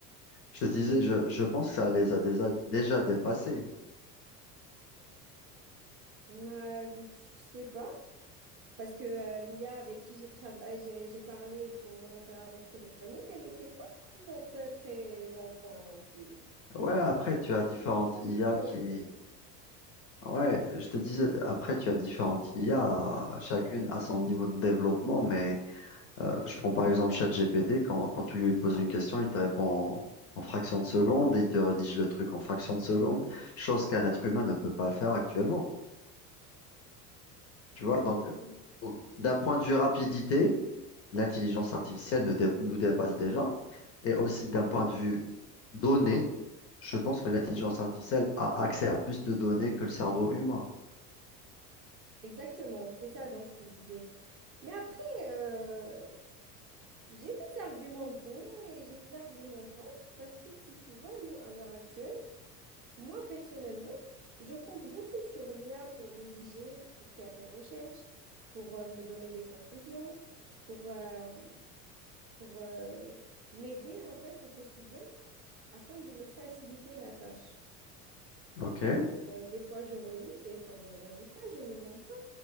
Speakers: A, on the left; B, on the right.
A: Je te disais, je, je pense que ça les a déjà, déjà dépassés.
B: euh, je sais pas. Parce que euh, l'IA avec qui j'ai travaillé, j'ai j'ai parlé pour mon opérateur téléphonique, elle n'était pas euh, très en point non plus.
A: Ouais, après, tu as différentes IA
B: de-
A: qui... Ouais, je te disais, après, tu as différentes IA, chacune à son niveau de développement, mais... Euh, je prends par exemple ChatGPT, quand, quand tu lui poses une question, il te répond en, en fraction de seconde, il te rédige le truc en fraction de seconde, chose qu'un être humain ne peut pas faire actuellement. Tu vois, donc
B: Oui.
A: au- d'un point de vue rapidité, l'intelligence artificielle ne dé- nous dépasse déjà, et aussi d'un point de vue données, je pense que l'intelligence artificielle a accès à plus de données que le cerveau humain.
B: Exactement, c'est ça dont je te disais. Mais après, euh, j'ai des arguments pour et j'ai des arguments contre parce que si tu vois, nous, à l'heure actuelle, moi personnellement, je compte beaucoup sur l'IA pour rédiger, pour faire des recherches, pour euh, me donner des conclusions, pour euh, pour euh, m'aider en fait au quotidien afin de me faciliter la tâche.
A: Ok,
B: Donc, euh, des fois je relis, des fois je relis pas, je ne mens pas.